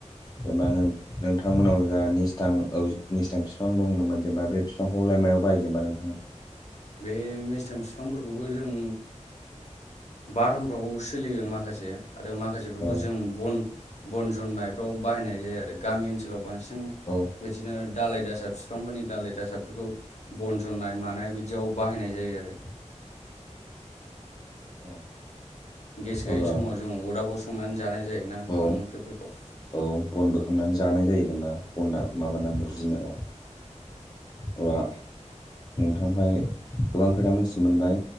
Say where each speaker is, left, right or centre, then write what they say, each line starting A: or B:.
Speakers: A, on the left; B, on the left.
A: जेनेबा नों नोंथांमोनाव जाहा निस्थां निसथां बिफां दंमोन जेनेबा बे बिफांखौ मा मायाव बाहायो जेनेबा नोंथां?
B: बे मेस्थाम बिफांफोरखौबो जों बाथामफ्रावबो सोलियो माखासे आरो माखासेफोरखौ
A: औ
B: जों बन बन जन्नायफ्राव बाहायनाय जायो आरो गामि ओनसोलाव बांसिन
A: औ
B: बिदिनो दाालाय दासा बिफांफोरनि दाालाय दासाफोरखौ बन जन्नाय मानाय बिदि बाहायनाय जायो आरो
A: औ
B: गेस गैयि
A: अब्ला
B: समाव जों अरदाबाव संनानै जानाय जाय ना ओंखाम
A: औ
B: ओंख्रिफोरखौ
A: औ बनबो खालामनानै जानाय जायो जेनेबा ब
B: औ
A: माबानानै बिदिनो अबा नोंथांफ्राय गोबां खोथा मोनथिनो मोनबाय